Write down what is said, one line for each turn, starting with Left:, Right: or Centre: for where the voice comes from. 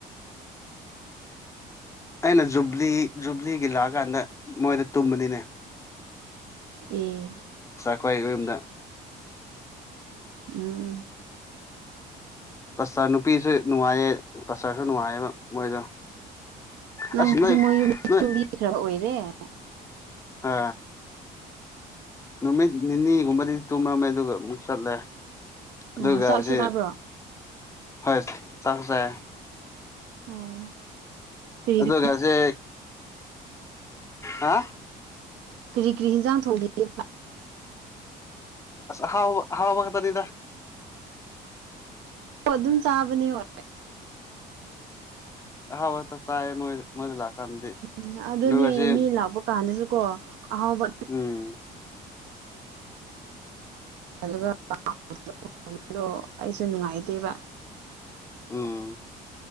Right: <inaudible>
Left: ꯑꯩꯅ ꯖꯨꯕ꯭ꯂꯤ ꯖꯨꯕ꯭ꯂꯤꯒꯤ ꯂꯥꯛꯑꯀꯥꯟꯗ ꯃꯣꯏꯗ ꯇꯨꯝꯕꯅꯤꯅꯦ
Right: ꯎꯝ
Left: ꯑꯩꯈ꯭ꯣꯏ ꯌꯨꯝꯗ
Right: ꯎꯝ
Left: ꯇꯔ ꯅꯨꯄꯤꯁꯨ ꯅꯨꯡꯉꯥꯏꯌꯦ ꯇꯔꯁꯨ ꯅꯨꯡꯉꯥꯏꯌꯦꯕ ꯃꯣꯏꯗ
Right: ꯅꯪꯁꯦ
Left: ꯑ ꯅꯣꯏ
Right: ꯃꯣꯏ ꯌꯨꯝ
Left: ꯅꯣꯏ
Right: ꯌꯨꯝꯕꯤꯈ꯭ꯔꯕ ꯑꯣꯏꯔꯦ
Left: ꯑ ꯅꯨꯃꯤꯠ ꯅꯤꯅꯤꯒꯨꯝꯕꯗꯤ ꯇꯨꯝꯔꯝꯃꯦ ꯑꯗꯨꯒ ꯑꯃꯨꯛ ꯆꯠꯂꯦ ꯑꯗꯨꯒ
Right: ꯑ ꯆꯥꯛꯁꯨ
Left: ꯁꯤ
Right: ꯊꯥꯕ꯭ꯔꯣ
Left: ꯍꯣꯏ ꯆꯥꯛ ꯆꯦ
Right: ꯑꯣ ꯀꯔꯤ
Left: ꯑꯗꯨꯒꯁꯦ ꯍꯥ
Right: ꯀꯔꯤ ꯀ꯭ꯔꯤ ꯍꯤꯟꯖꯥꯡ ꯊꯣꯡꯂꯤꯦ
Left: ꯑ ꯍꯋꯥ ꯍꯋꯥ ꯃꯈ ꯀ ꯇꯔꯤꯗ
Right: ꯑꯣ ꯑꯗꯨꯝ ꯆꯥꯕꯅꯤ ꯍꯦ ꯎ
Left: ꯍꯕ ꯇ ꯆꯥꯏ ꯃꯣꯏ ꯃꯣꯏꯗ ꯂꯥꯛꯀꯥꯟꯗꯗꯤ
Right: ꯎꯝ ꯑꯗꯨꯅꯦ
Left: ꯑꯗꯨꯒꯁꯦ
Right: ꯃꯤ ꯂꯥꯛꯄ ꯀꯥꯟꯗꯁꯨ ꯀꯣ ꯑꯍꯥꯎꯕ
Left: ꯎꯝ
Right: <inaudible> ꯗꯣ ꯑꯩꯁꯨ ꯅꯨꯡꯉꯥꯏꯇꯦꯕ
Left: ꯎꯝ